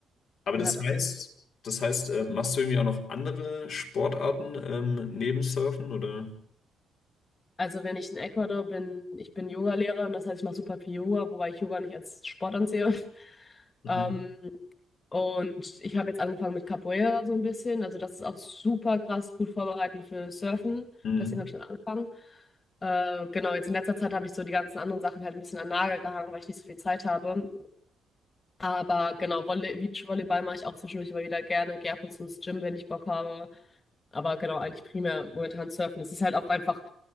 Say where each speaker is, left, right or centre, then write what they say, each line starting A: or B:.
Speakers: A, on the left; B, on the left.
A: Aber
B: gehört
A: das
B: auf
A: heißt,
B: jeden Fall.
A: das heißt, äh, machst du irgendwie auch noch andere Sportarten ähm, neben Surfen oder?
B: Also wenn ich in Ecuador bin, ich bin Yogalehrer und das heißt, ich mache super viel Yoga, wobei ich Yoga nicht als Sport ansehe. <laughs>
A: Mhm.
B: Ähm, Und ich habe jetzt angefangen mit Capoeira so ein bisschen. Also das ist auch super krass gut vorbereitend für Surfen.
A: Mhm.
B: Deswegen habe ich dann angefangen. Äh, genau, jetzt in letzter Zeit habe ich so die ganzen anderen Sachen halt ein bisschen an den Nagel gehangen, weil ich nicht so viel Zeit habe. Aber genau, Volley Beachvolleyball mache ich auch zwischendurch immer wieder gerne. Gehe ab und zu ins Gym, wenn ich Bock habe. Aber genau, eigentlich primär momentan Surfen. Es ist halt auch einfach